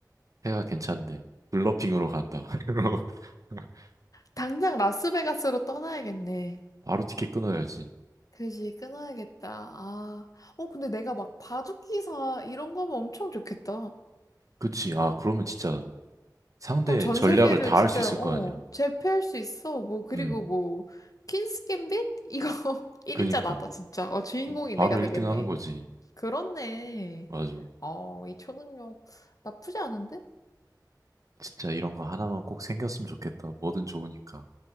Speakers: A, on the right; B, on the left.
A: 패가 괜찮네. 블러핑으로 간다. <laughs>
B: 당장 라스베가스로 떠나야겠네.
A: 바로 티켓 끊어야지.
B: 그지, 끊어야겠다. 아, 어, 근데 내가 막 바둑기사 이런 거면 엄청 좋겠다.
A: 그치. 아, 그러면 진짜. 상대의
B: 그럼 전
A: 전략을
B: 세계를
A: 다
B: 진짜,
A: 알 수 있을
B: 어,
A: 거 아니야.
B: 제패할 수 있어. 뭐, 그리고
A: 음,
B: 뭐, 퀸스 갬빗? 이거 <laughs> 1인자
A: 그니까.
B: 나다, 진짜. 어, 주인공이
A: 바로
B: 내가
A: 1등
B: 되겠네.
A: 하는 거지.
B: 그렇네.
A: 맞아.
B: 어, 이 초능력 나쁘지 않은데?
A: 진짜 이런 거 하나만 꼭 생겼으면 좋겠다. 뭐든 좋으니까.